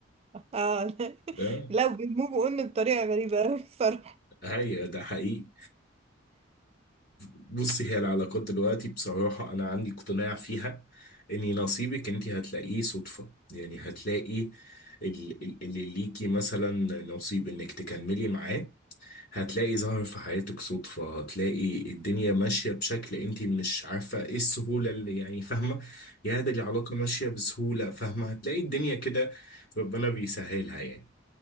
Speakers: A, on the right; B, on the left.
A: <laughs>
B: ده
A: لا بيموجوا ان بطريقة غريبة أوي الصراحة
B: هي ده حقيقي بصي هي العلاقات دلوقتي بصراحة انا عندي اقتناع فيها اني نصيبك انت هتلاقيه صدفة يعني هتلاقي ال- ال- اللي ليكي مثلا نصيب انك تكملي معاه هتلاقي ظهر في حياتك صدفة هتلاقي الدنيا ماشية بشكل انت مش عارفة ايه السهولة اللي يعني فاهمة يا ده العلاقة ماشية بسهولة فاهمة هتلاقي الدنيا كده ربنا بيسهلها يعني